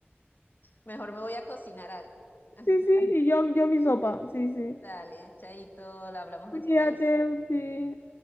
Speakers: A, on the left; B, on the left.
A: mejor me voy a cocinar algo.
B: Sí,
A: <laughs>
B: sí, y yo, yo mi sopa, sí, sí.
A: Dale, chaito, la hablamos
B: Cuídate,
A: después.
B: sí.